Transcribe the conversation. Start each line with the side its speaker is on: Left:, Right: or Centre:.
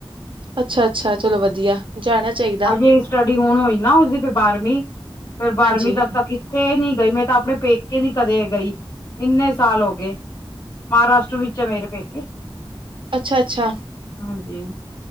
Right: ਅੱਛਾ ਅੱਛਾ ਚਲੋ ਵਧੀਆ ਜਾਣਾ ਚਾਹੀਦਾ
Left: ਹਜੇ ਸਟੱਡੀ ਹੁਣ ਹੋਈ ਨਾ ਉਸਦੀ ਫ ਬਾਰਵੀਂ ਫੇਰ ਬਾਰਵੀਂ
Right: ਹਾਂਜੀ-ਹਾਂਜੀ,
Left: ਤੱਕ ਤਾਂ ਥੇ ਨੀ ਗਈ ਮੈਂ ਤਾਂ ਆਪਣੇ ਪੇਕੇ ਨੀ ਕਦੇ ਗਈ ਇੰਨੇ ਸਾਲ ਹੋ ਗਏ ਮਹਾਰਾਸ਼ਟਰ ਵਿੱਚ ਆ ਮੇਰੇ ਪੇਕੇ
Right: ਅੱਛਾ-ਅੱਛਾ।
Left: ਹਾਂਜੀ